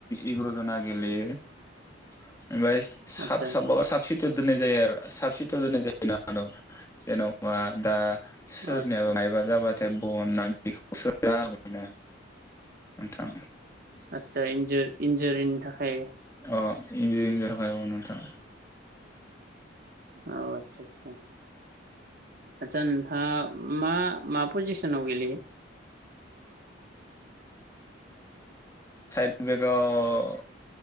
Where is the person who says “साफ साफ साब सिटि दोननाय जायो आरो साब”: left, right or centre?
Left